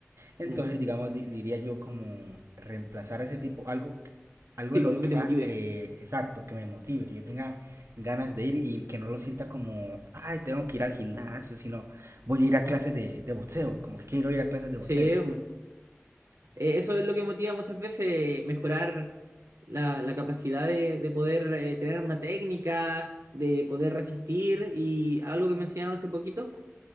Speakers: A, on the right (about 70°); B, on the right (about 85°).
A: Entonces,
B: Ujú.
A: digamos, di- diría yo como reemplazar ese tipo, algo, que- algo
B: Sí,
A: en
B: pues,
A: lo
B: algo
A: que
B: que te
A: haga,
B: motive.
A: eh, exacto, que me motive, que yo tenga ganas de ir y que no lo sienta como, ay, tengo que ir al gimnasio, sino voy
B: Ujú.
A: a ir a clases de, de boxeo, como que quiero ir a clases de
B: Sí,
A: boxeo.
B: pues, eh, eso es lo que motiva muchas veces eh, mejorar la, la capacidad de, de poder eh, tener una técnica, de poder resistir y algo que me enseñaron hace poquito